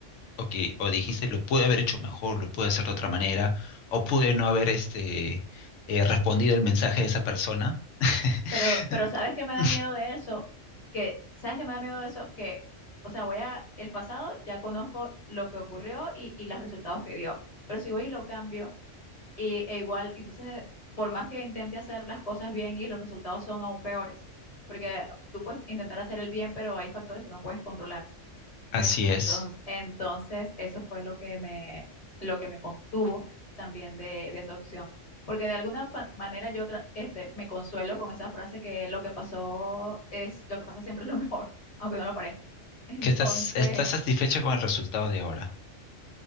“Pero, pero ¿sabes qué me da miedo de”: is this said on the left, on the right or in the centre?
Left